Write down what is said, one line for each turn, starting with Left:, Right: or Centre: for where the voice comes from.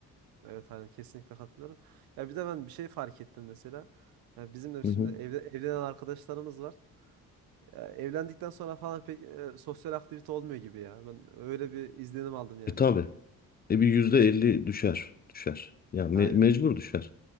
Right: Evet aynen kesinlikle katılıyorum. Ya bir de ben bir şey fark ettim mesela. Ya bizim de şimdi
Left: Hı hı.
Right: evde, evlenen arkadaşlarımız var. Ya evlendikten sonra falan pek e, sosyal aktivite olmuyor gibi ya. Ben öyle bir izlenim aldım yani.
Left: E tabii. E bir yüzde elli düşer. Düşer. Ya me-
Right: Aynen.
Left: mecbur düşer.